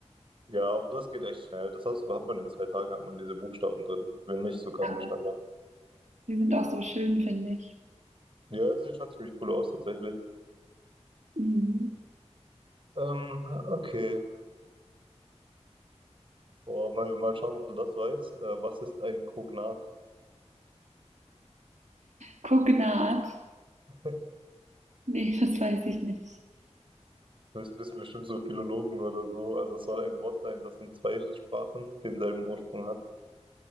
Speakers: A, on the right; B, on the right.
A: Ja, aber das geht echt schnell. Das heißt, hat man in zwei Tagen, hat man diese Buchstaben drin. Wenn nicht, sogar
B: Ja,
A: noch schneller.
B: die sind auch so schön, finde ich.
A: Ja, das sieht schon ziemlich cool aus, tatsächlich.
B: Mhm.
A: Ähm, okay. Boah, mal, mal schauen, ob du das weißt. Äh, was ist ein Kognat?
B: Kognat.
A: <laughs>
B: Nee, <laughs> das weiß ich nicht.
A: Das wissen bestimmt so Philologen oder so. Also es soll ein Wort sein, das in zwei Sprachen denselben Ursprung hat.